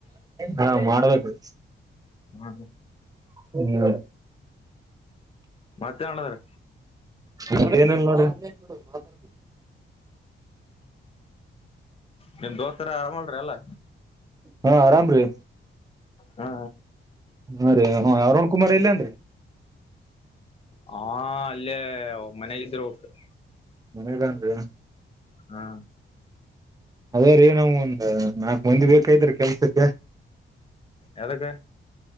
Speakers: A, on the right; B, on the left.
A: ಹಾ ಮಾಡ್ಬೇಕ್ರಿ
B: ಹ್ಮ
A: ಹ್ಮ
B: ಮತ್ತೆ ಮಾಡಣದಾರ
A: ಮತ್ತ ಏನಲ್ಲ ನೋಡ್ರಿ ಮಾತಾಡು
B: ನಿಮ ದೋಸ್ತರ ಆರಾಮಲ್ರಿಿ ಅಲ್ಲ
A: ಹಾ ಆರಾಮ ರೀ
B: ಹಾ
A: ಹಾ ರ ಹ ಅರುಣ್ ಕುಮಾರ್ ಇಲ್ಲಾಂದ್ರರಿ
B: ಹಾ ಅಲ್ಲೇ ಮನೆ ಇದ್ರರು ು
A: ಮತ್ತೆ
B: ಹಾ
A: ಅದೇ ರೇ ನಾವವು ಒಂದ ನಾಕ್ು ಮಂದಿ ಬೇಕೈತ್್ರ ಕೆಲ್ಸಕ್ಕೆ
B: ಯದಕ್ಕ